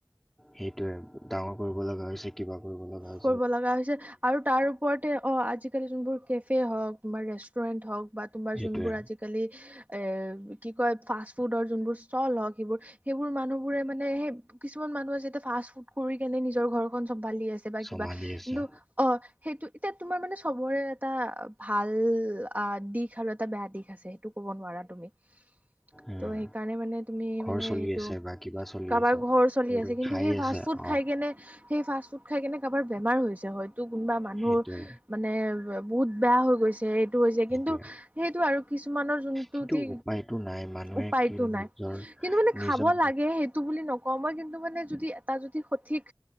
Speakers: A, in the centre; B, on the right.
A: সেইটোৱে, ডাঙৰ কৰিব লগা হৈছে। কিবা কৰিব লগা হৈ
B: কৰিব লগা হৈছে, আৰু তাৰ ওপৰতে অ', আজিকালি, যোনবোৰ কেফে হওক তোমাৰ ৰেষ্টুৰেণ্ট হওক, বা তোমাৰ
A: সেইটোৱে
B: যোনবোৰ আজি কালি এ, কি কয়, ফাষ্ট-ফুডৰ যোনবোৰ ষ্টল হওক সেইবোৰ, সেইবোৰ মানুহবোৰে মানে সেই কিছুমান মানুহ আছে, এতিয়া ফাষ্ট-ফুড কৰি কেনে, নিজৰ ঘৰখন চম কিবা,
A: চম্ভালি
B: কিবা,
A: আছে
B: কিন্তু অ'। সেইটো, এতিয়া তোমাৰ মানে চবৰে, এটা ভাল আ দিশ আৰু এটা বেয়া দিশ আছে। টো ক'ব নোৱাৰা তুমি।
A: উম
B: ত' সেইকাৰণে মানে, তুমি
A: ঘৰ
B: মানে,
A: চলি
B: এইটো
A: আছে বা কিবা চলি
B: কাৰোবাৰ
A: আছে
B: ঘৰ চলি আছে, কিন্তু
A: খাই
B: সেই,
A: আছে
B: ফাষ্ট ফুড
A: অ
B: খাই কেনে সেই ফাষ্ট-ফুড খাই কেনে কাৰবাৰ বেমাৰ হৈছে, হয়তো, কোনোবা মানুহৰ
A: সেইটোৱে
B: মানে, বহুত বেয়া হৈ গৈছে। এই হৈছে,
A: সেইটোৱে
B: কিন্তু সেইটো আৰু কিছুমানৰ যোনটোতি,
A: কিন্তু উপায়তো নাই মানুহে
B: উপায়টো
A: কি
B: নাই।
A: নিজৰ
B: কিন্তু মানে
A: নিজৰ
B: খাব লাগে, সেইটো বুলি নকওঁ, মই কিন্তু মানে, যদি এটা যদি সঠিক